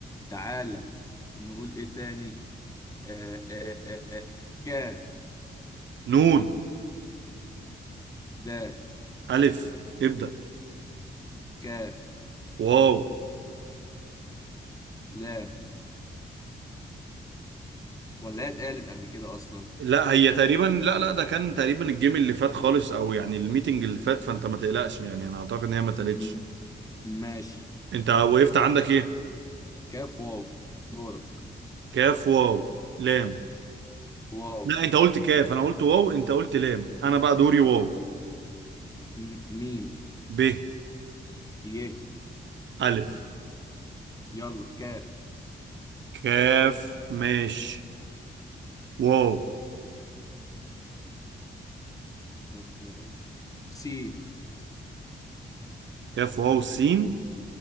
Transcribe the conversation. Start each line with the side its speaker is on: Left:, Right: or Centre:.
Left: تعالى نقول ايه تاني آه... آه... آه... آه... كاف
Right: نون
Left: دال
Right: الف ابدا
Left: كاف
Right: واو
Left: لام ولا هي اتقالت قبل كده اصلا
Right: لا هي تقريبا لا لا ده كان تقريبا الجيم اللي فات خالص او يعني الميتنج اللي فات فانت ما تقلقش يعني انا اعتقد ان هي ما اتقالتش
Left: م- ماشي
Right: انت وقفت عندك ايه
Left: كاف واو دورك
Right: كاف واو لام
Left: واو
Right: لا انت قلت كاف انا قلت واو انت قلت لام انا بقى دوري واو
Left: م- ميم
Right: ب
Left: يه
Right: الف
Left: يلا كاف
Right: كاف ماشي واو
Left: كاف واو سين
Right: كاف واو سين